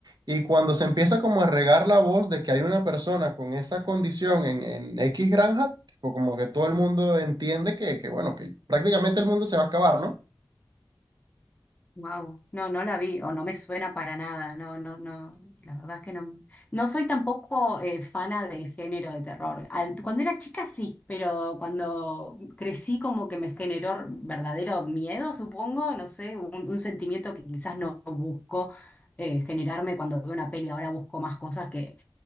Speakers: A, on the right (about 65°); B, on the left (about 20°).
A: Y cuando se empieza como a regar la voz de que hay una persona con esa condición en, en X granja, pues como que todo el mundo entiende que, que, bueno, que prácticamente el mundo se va a acabar, ¿no?
B: Wow, no, no la vi, o no me suena para nada, no, no, no, la verdad es que no, no soy tampoco eh, fana del género de terror. Al- cuando era chica sí, pero cuando crecí como que me generó r- verdadero miedo, supongo, no sé, un, un sentimiento que quizás no busco eh, generarme cuando veo una peli, ahora busco más cosas que,